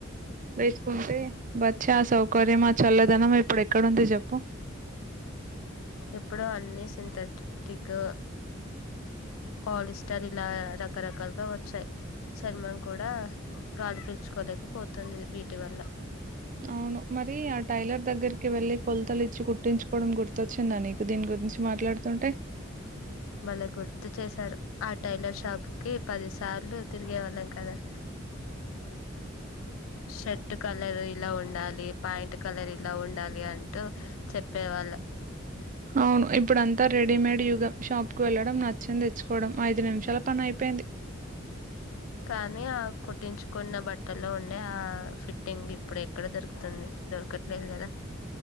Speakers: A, on the right; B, on the left.
A: వేసుకుంటే బచ్చి ఆ సౌకర్యం ఆ చల్లదనం ఇప్పుడు ఎక్కడంది చెప్పు
B: ఎప్పుడు అన్నిీ సింథటిక్ పాలిస్టర్ ఇలా రకరకాలుగా వచ్చాయి చర్మం కూడా గాలిపచ్చుకోలేకపోతుంది వీటి వల్ల
A: అవును మరి ఆ టైలర్ దగ్గరికి వెళ్ళలి కొలతలు ఇచ్చి కుట్టించుకోవడం గుర్తొచ్చిందా నీకు దీని గు గురించి మాట్లాడుతుంటే
B: మళ్ళా గుర్తు చేసారు ఆ టైలర్ షాప్ కి పది సార్లు తిరిగే వాళ్ళం కదా షర్ట్ కలర్ ఇలా ఉండాలి పా్యాంట్ కలర్ ఇలా ఉండాలి అంటూ చెప్పేవాళ్ళం
A: అవును ఇప్పుడ అంతా రెడీమేడ్ యుగం షాప్ వెళ్లడం నచ్చింది తెచ్చుకోవడం ఐదు నిమిషాల పని అయిపోయింది
B: కానీ ఆ కుట్టించుకున్న బట్టల్లో ఉండే ఆ ఫిట్టింగ్ ఇప్పుడు ఎక్కడ దొరుకుతుంది దొరుకు దక్కట్లేదు కదా